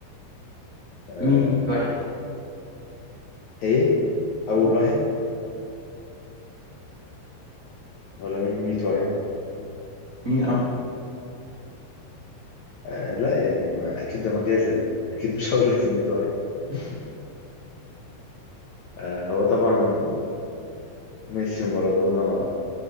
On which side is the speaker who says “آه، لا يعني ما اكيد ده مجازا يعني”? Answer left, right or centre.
Left